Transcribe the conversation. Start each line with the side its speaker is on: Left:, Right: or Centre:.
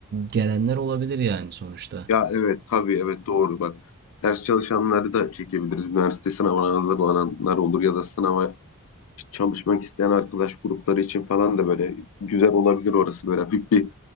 Right: gelenler olabilir yani sonuçta.
Left: Ya evet tabii evet doğru bak. Ders çalışanları da çekebiliriz. Üniversite sınavına hazırlananlar olur ya da sınava çalışmak isteyen arkadaş grupları için falan da böyle güzel olabilir orası. Böyle hafif bir